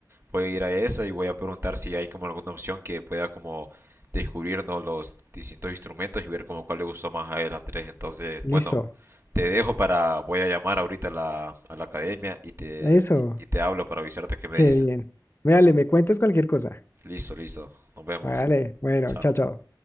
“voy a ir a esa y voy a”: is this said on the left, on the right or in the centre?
Right